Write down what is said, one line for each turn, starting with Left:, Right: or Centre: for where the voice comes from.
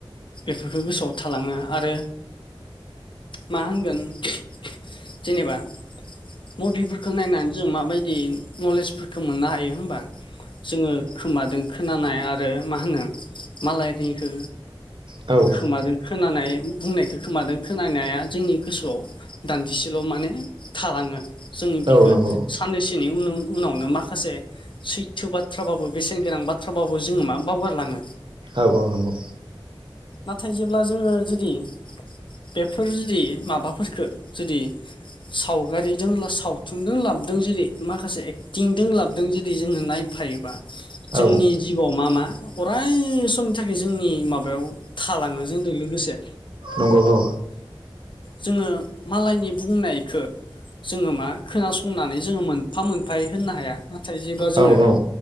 Left: बेफोरखौ गोसोआव थालाङो आरो मा होनगोन <unintelligible> जेनेबा मुभिफोरखौ नायनानै जों माबायदि नलेजफोरखौ मोननो हायो होनबा जोङो खोमादों खोनानाय आरो मा होनो मालायनिखो
Right: औ
Left: खोमादों खोनानाय बुंनायखौ खोमादों खोनानाया जोंनि गोसोआव दान्दिसेल' माने थालाङो जोंनि बेखो
Right: औ नंगौ
Left: साननैसोनि उन-उनावनो माखासे सैथो बाथ्राबाबो बेसेन गोनां बा थ्राबाबो जोङो मा बावगारलाङो।
Right: औ औ नंगौ
Left: नाथाय जेब्ला जोङो जुदि बेफोर जुदि माबाफोरफोरखो जुदि सावगारिजों सावथुनजों लाबदों जेरै माखासे एक्टिंजों लाबदों जेरै जोङो नाय फायोबा जोंनि
Right: औ
Left: जिउआव मा मा अराय समनि थाखाय जोंनि माबायाव थालाङो <unintelligible> जोनदो लोगोसे
Right: नंगौ औ
Left: जोङो मालायनि बुंनायखो जोङो मा खोनासंनानै जोङो मोनफा मोनफायै होननो हाया। नाथाय जेब्ला जोङो
Right: औ नंगौ